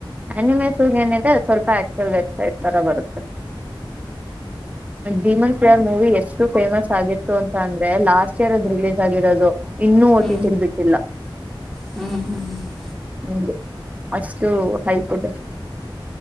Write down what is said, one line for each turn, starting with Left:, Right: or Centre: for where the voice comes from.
Right: ಅನಿಮೇ ಏನಿದೆ ಸ್ವಲ್ಪ ಆಕ್ಚ್ಯಲ್ ವೆಬ್ಸೈಟ್ ತರ ಬರುತ್ತೆ ಡಿಮನ್ ಫಿಯರ್ ಮೂವಿ ಎಷ್ಟು ಫೇಮಸ್ ಆಗಿ ತು ಅಂತಂದ್ರೆ ಲಾಸ್ಟ್ ಇಯರ್ ಅದು ರಿಲೀಸ್ ಆಗಿರದು. ಇನ್ನೂ ಓ
Centre: ಹ್ಞೂ
Right: ಟ್ಟಿ ಟಿ ಲ್ಲಿ ಬಿಟ್ಟಿಲ್ಲ
Centre: ಹ್ಞೂ ಹ್ಞೂ
Right: ಹ್ಮ್. ಅಷ್ಟು ಹೈಕುಟ್ಟ